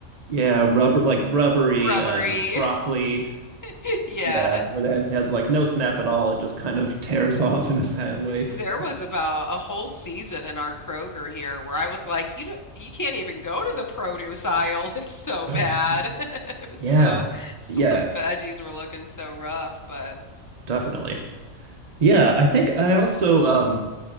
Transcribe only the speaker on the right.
yeah, rubber like rubbery
um, broccoli.
Yeah, where it has has like no snap at all. It just kind of tears <laughs> off in a sad way.
<laughs>
Oh,
right.
yeah,
yeah,
definitely. Yeah, I think I also um,